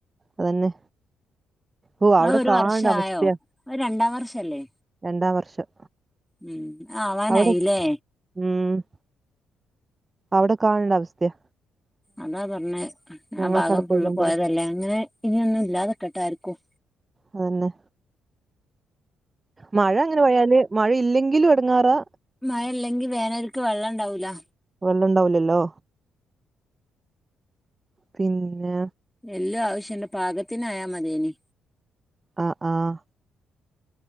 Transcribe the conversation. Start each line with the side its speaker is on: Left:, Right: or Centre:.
Right: അതന്നെ. ഓ അവിടെ
Centre: അത് ഒരു
Right: കാണ്ട
Centre: വർഷായോ
Right: അവസ്ഥയാ
Centre: അത് രണ്ടാം വർഷല്ലേ
Right: രണ്ടാം വർഷം.
Centre: ഉം ആവാനായിലേ
Right: അവിടെ ഉം. അവിടെ കാണ അവസ്ഥ്യാ
Centre: അതാ പറഞ്ഞെ
Right: ഞങ്ങൾക്കവിടെ
Centre: ആ ഭാഗം
Right: പോയി
Centre: ഫുള്ള്
Right: കണ്ടത്
Centre: പോയതല്ലേ അങ്ങനെ ഇനൊന്നും ഇല്ലാതെക്കട്ടാർക്കും.
Right: അതന്നെ. മഴ അങ്ങനെ പയാല് മഴല്ലെങ്കിലും എടങ്ങാറാ
Centre: മഴെല്ലെങ്കി വേനൽക്ക് വെള്ളണ്ടാവൂല.
Right: വെള്ളണ്ടാവുലല്ലോ? പിന്നെ.
Centre: എല്ലു ആവശ്യണ്ട് പാകത്തിനായാ മത്യന്.
Right: ആഹ് ആഹ്.